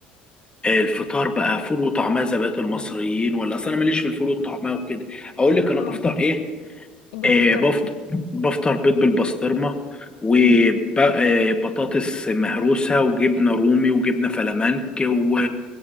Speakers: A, on the left (about 20°); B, on the left (about 75°).
A: الفطار بقى فول وطعميه زي بقيه المصريين ولا اصل انا ماليش في الفول والطعميه وكده اقول لك انا
B: اه
A: بفطر ايه
B: بتفطر
A: إيه بفطر
B: ايه
A: بفطر بيض بالبسطرمه وبطاطس
B: امم
A: مهروسه وجبنه رومي وجبنه فلامنك و...